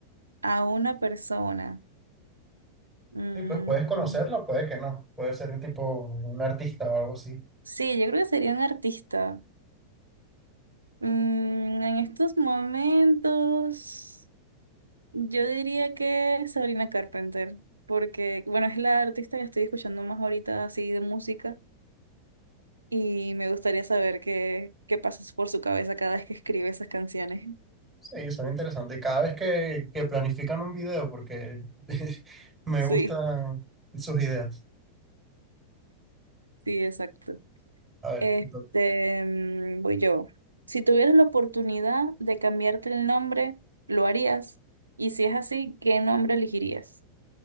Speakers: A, on the right; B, in the centre.
A: A una persona. Mm,
B: Sí, pues puedes conocerlo, puede que no. Puede ser tipo un artista o algo así.
A: sí, yo creo que sería un artista. Mm, en estos momentos, yo diría que Sabrina Carpenter, porque, bueno, es la artista que estoy escuchando más ahorita así de música y me gustaría saber qué, qué pasa por su cabeza cada vez que escribe esas canciones.
B: Sí, son interesantes. Cada vez que, que planifican un video, porque <laughs> me
A: Sí,
B: gustan sus ideas.
A: sí, exacto.
B: A ver,
A: Este,
B: entonces-
A: mm, voy yo. Si tuvieras la oportunidad de cambiarte el nombre, ¿lo harías? Y si es así, ¿qué nombre elegirías?